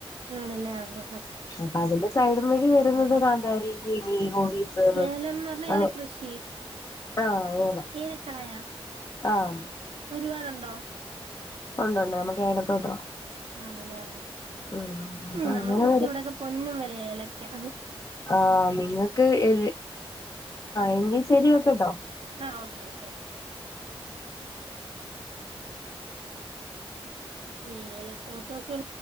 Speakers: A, on the right; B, on the left.
A: ആണല്ലേ ആഹ് ആഹ് ആഹ്
B: <unintelligible> സൈഡും വഴി വരുന്നത് കാന്താരി ചീനി ഹോവി <unintelligible>
A: ഏലംന്ന് പറഞ്ഞാ
B: ആഹ്
A: ഏല കൃഷി
B: ആഹ് ഏടാം
A: ഏലക്കായ
B: ആഹ്
A: ഒരുപാടുണ്ടോ
B: ഉണ്ട്‌ ണ്ട് നമ്മുക്ക് ഏലത്തോട്ടവാ.
A: ആണല്ലേ ആ
B: ഉം അപ്പൊ
A: ഉം നമുക്കൊക്കെ
B: അങ്ങനെ വരും
A: ഇവിടെക്കെ പൊന്നും വിലയാ ഏലക്കാ.
B: ആഹ് നിങ്ങൾക്ക് എ എങ്കിൽ ശരി വെക്കട്ടോ.
A: ആഹ് ഓക്കെ ഓക്കെ ഓക്കെ. ഏലത്തോട്ടമൊക്കെ.